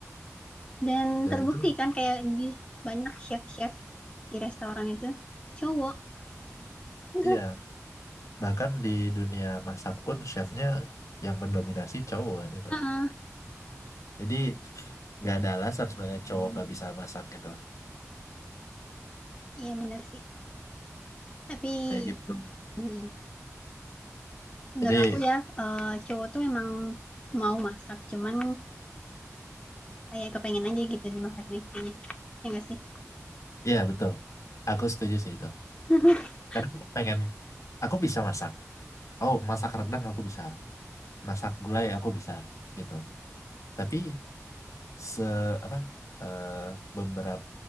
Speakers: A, on the left (about 20°); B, on the left (about 75°).
A: dan
B: dan
A: terbukti
B: itu
A: kan kayak di banyak chef-chef di restoran itu cowok <laughs>
B: iya, bahkan di dunia masak pun chefnya yang mendominasi cowok kan itu.
A: Heeh,
B: Jadi nggak ada alasan sebenarnya cowok nggak bisa masak gitu,
A: iya bener sih tapi
B: kayak gitu.
A: Hmm. menurut
B: Jadi
A: aku ya eh, cowok tuh emang mau masak cuman kayak kepengen aja gitu dimasakin istrinya ya enggak sih
B: iya betul, aku setuju sih itu.
A: <laughs>
B: Karena aku pengen, aku bisa masak. Oh, masak rendang aku bisa, masak gulai aku bisa gitu loh. Tapi se apa eh, beberapa